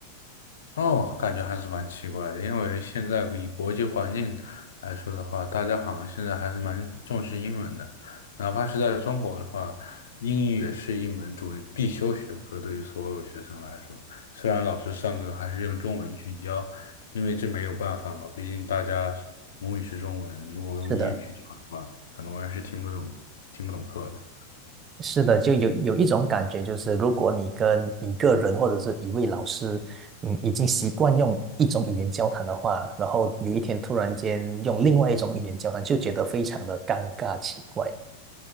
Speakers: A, on the left (about 65°); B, on the right (about 25°).
A: 哦，感觉还是蛮奇怪的，因为现在以国际环境来说的话，大家好像现在还是蛮重视英文的，哪怕是在中国的话，英语也是一门主必修学科，对于所有学生来说，虽然老师上课还是用中文去教，因为这没有办法嘛，毕竟大家母语是中文，如果用英语去教的话，
B: 是的。
A: 很多人是听不懂听不懂课的。
B: 是的，就有有一种感觉，就是如果你跟一个人或者是一位老师，嗯，已经习惯用一种语言交谈的话，然后有一天突然间用另外一种语言交谈，就觉得非常的尴尬奇怪。